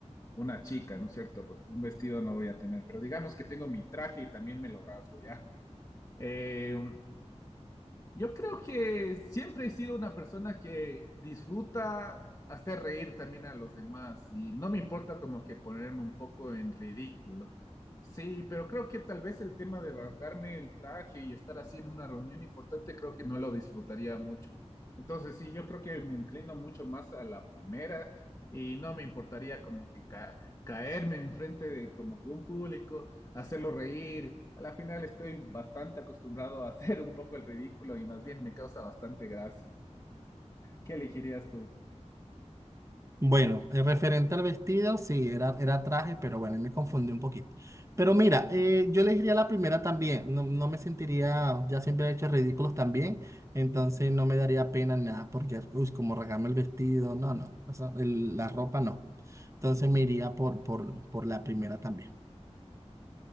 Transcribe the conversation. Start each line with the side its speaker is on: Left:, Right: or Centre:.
Left: una chica, ¿no es cierto? Porque un vestido no voy a tener, pero digamos que tengo mi traje y también me lo rasgo, ¿ya? Eh, Yo creo que siempre he sido una persona que disfruta hacer reír también a los demás y no me importa como que ponerme un poco en ridículo. Sí, pero creo que tal vez el tema de rasgarme el traje y estar así en una reunión importante, creo que no lo disfrutaría mucho. Entonces, sí, yo creo que me inclino mucho más a la primera y no me importaría como que ca- caerme enfrente de como que un público hacerlo reír. A la final estoy bastante acostumbrado a <laughs> hacer un poco el ridículo y más bien me causa bastante gracia. ¿Qué elegirías tú?
Right: Bueno, eh, referente al vestido, sí, era, era traje, pero bueno, ahí me confundí un poquito. Pero mira, eh, yo le diría la primera también, no, no me sentiría, ya siempre he hecho ridículos también, entonces no me daría pena ni nada, porque, uy, como regarme el vestido, no, no, o sea, el- la ropa no. Entonces me iría por, por, por la primera también.